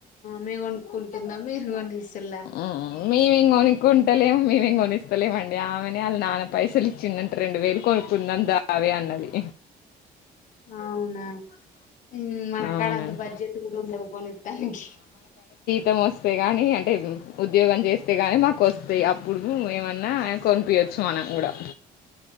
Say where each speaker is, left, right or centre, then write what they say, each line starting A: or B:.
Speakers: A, on the left; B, on the left.
A: మీ కొనుక్కుంటుందా మీరు కొనిస్ ఇల్ల
B: హ్మ్. మేమేం కొనుక్కుంటలేం మేమేం కొనిస్తలేమండి ఆమెనే వాళ్ళ నాన్న పైసలు ఇచ్చిందంటే రెండు వేలు కొనుక్కుందాం దావే అన్నది
A: అవునా ఉ మన
B: అవునండి.
A: కాడ అంత బడ్జెట్ కూడా ఉండదు కొనిత్తడానికి
B: తమస్తేగానీ అంటే ఉద్యోగం చేస్తే గాని మాకు వస్తాయి అప్పుడు ఏమన్నా కొనిపియచ్చు మనం కూడా